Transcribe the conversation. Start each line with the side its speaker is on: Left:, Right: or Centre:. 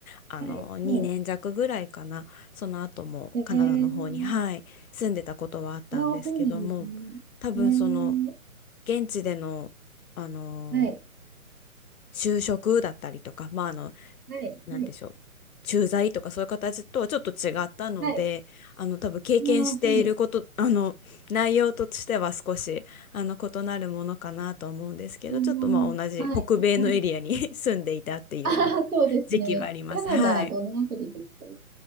Left: あの2年弱ぐらいかなその後もカナダの方に、
Right: はい。はい。えー、
Left: はい、住んでたことはあったんですけども
Right: ああ、そうなんですね。
Left: 多分その
Right: えー、
Left: 現地での、あの
Right: はい。
Left: 就職だったりとか、まあ、あの
Right: はい。
Left: なんでしょう、
Right: はい。
Left: 駐在とかそういう形とはちょっと違ったので、
Right: はい。
Left: あの多分経験していること、
Right: ああ、はい。
Left: あの内容としては少しあの異なるものかなとは思うんですけど、
Right: うーん、
Left: ちょっとまあ同じ北米のエリアに
Right: はい。はい。
Left: <laughs> 住んでいたっていうような時期はあります。
Right: <laughs> ああ、そうですね。カナダ、
Left: はい。
Right: どのあたりですか